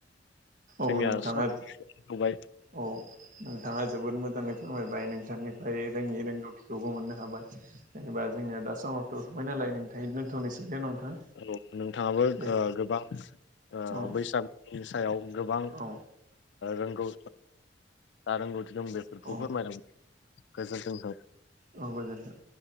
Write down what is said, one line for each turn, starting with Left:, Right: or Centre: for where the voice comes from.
Left: जोंनिया
Right: औ नोंथाङा
Left: सम जाबाय
Right: औ नोंथाङा जोबोद मोजाङै फोरमायबाय नोंथांनिफ्राय रोङै रोंगौथि थिखौबो मोननो हाबाय जेनेबा जोंनिया दा समावथ' थबाय नालाय नोंथां दोन्थ'नोसै दे नोंथां।
Left: औ नोंथाङाबो
Right: दे
Left: गोबां
Right: औ
Left: बैसागुनि सायाव गोबां
Right: औ
Left: रोंगौ रोंगौथि दं बे बेखौ
Right: औ
Left: फोरमायलां गोजोन जोंथों
Right: औ गोजोन्थों।